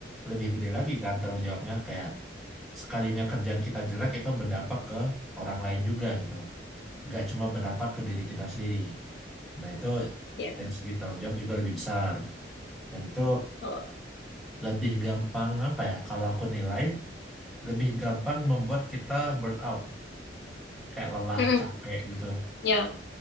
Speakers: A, in the centre; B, on the left (about 65°).
A: lebih gede lagi kan tanggung jawabnya kayak sekalinya kerjaan kita jelek itu berdampak ke orang lain juga gitu loh. Nggak cuma berdampak ke diri kita sendiri. Nah itu
B: ya.
A: dari segi tanggung jawab juga lebih besar. Dan itu
B: Oh,
A: lebih gampang apa ya, kalau aku nilai, lebih gampang membuat kita burn out. Kayak lelah,
B: mm-mm,
A: capek gitu.
B: ya,